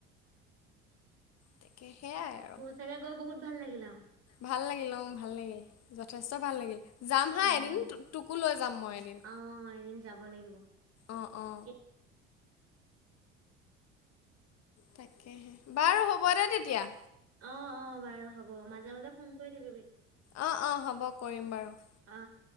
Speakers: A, on the left (about 50°); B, on the right (about 45°).
A: তাকে সেইয়াই আৰু।
B: তাকে গৈ বহুত ভাল লাগিলে আও।
A: ভাল লাগিল অ ভাল লাগিল, যথেষ্ট ভাল লাগিল। যাম হা
B: উম
A: এদিন তো তোকো লৈ যাম মই এদিন,
B: অ এদিন যাব লাগিব
A: অ অ।
B: এ-
A: তাকেহে, বাৰু হ'ব দে তেতিয়া।
B: অ অ বাৰু হ'ব, মাজে মাজে ফোন কৰি থাকিবি।
A: অঁ অঁ হ'ব, কৰিম বাৰু।
B: অঁ।